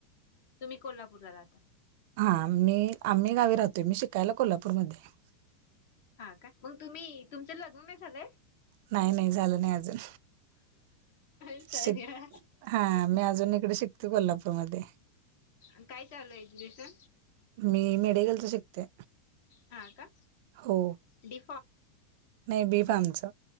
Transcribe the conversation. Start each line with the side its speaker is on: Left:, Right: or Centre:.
Left: तुम्ही कोल्हापूरला राहता?
Right: हां. मी आम्ही गावी राहतोय. मी शिकायला कोल्हापूरमध्ये हाय.
Left: हां का? मग तुम्ही तुमचं लग्न नाही झालंय?
Right: नाही नाही झालं नाही अजून.
Left: सॉरी
Right: शिक
Left: हा.
Right: हां. मी अजून इकडे शिकतो कोल्हापूरमध्ये. <inaudible>
Left: आणि काय चालू आहे एज्युकेशन?
Right: मी मेडिकलच शिकते.
Left: हा का?
Right: हो.
Left: डी
Right: नाही. बी फार्म च.